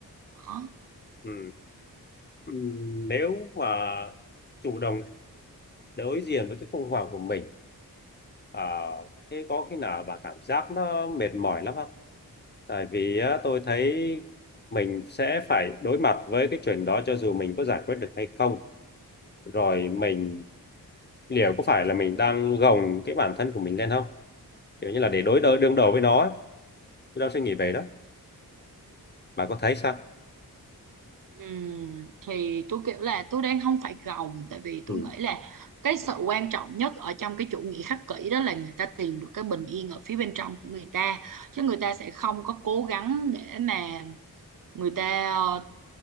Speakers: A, on the right; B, on the left.
A: đó
B: ừ. Ừ, nếu mà chủ động đối diện với cái khủng hoảng của mình à, thế có khi nào bà cảm giác nó mệt mỏi lắm không Tại vì á, tôi thấy mình sẽ phải đối mặt với cái chuyện đó cho dù mình có giải quyết được hay không. Rồi mình liệu có phải là mình đang gồng cái bản thân của mình lên không? Kiểu như là để đối đỡ đương đầu với nó. á. Tôi đang suy nghĩ về đó. Bà có thấy sao?
A: Ừm, thì tôi kiểu là tôi đang không phải gồng tại vì
B: Ừ,
A: tôi nghĩ là cái sự quan trọng nhất ở trong cái chủ nghĩa khắc kỷ đó là người ta tìm được cái bình yên ở phía bên trong của người ta chứ người ta sẽ không có cố gắng để mà người ta ờ,